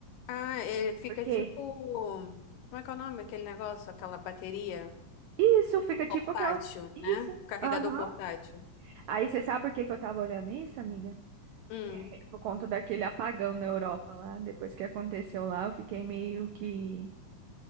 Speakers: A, on the left; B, on the right.
A: Ah, ele fica
B: Porque
A: tipo. Como é que é o nome? Aquele negócio, aquela bateria
B: isso fica tipo
A: portátil,
B: aquela. Isso.
A: né? Carregador
B: Aham.
A: portátil.
B: Aí você sabe por que que eu tava olhando isso, amiga?
A: Hum.
B: É, Por conta daquele apagão na Europa lá, depois que aconteceu lá, eu fiquei meio que